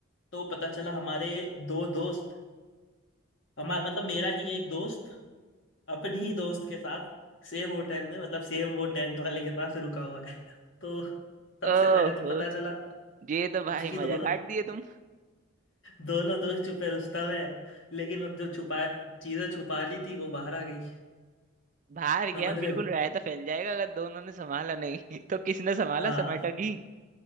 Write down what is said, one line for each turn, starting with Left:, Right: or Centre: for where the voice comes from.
Left: तो पता चला हमारे दो दोस्त हमारा मतलब मेरा ही एक दोस्त अपनी ही दोस्त के साथ सेम होटल में मतलब सेम वो टेंट वाले के पास रुका हुआ है <laughs> तो सबसे
Right: ओहो
Left: पहले तो पता चला
Right: ये तो भाई
Left: कि दोनों
Right: मजा काट दिए तुम
Left: दोनों दोस्त छुपे रुस्तम है लेकिन अब जो छुपा चीजें छुपा ली थी वो बाहर आ गई
Right: बाहर
Left: समझ
Right: गया
Left: रहे
Right: बिल्कुल
Left: हो
Right: रायता फैल जाएगा अगर दोनों ने संभाला नहीं <laughs> तो किसने संभाला
Left: हाँ
Right: समेटा की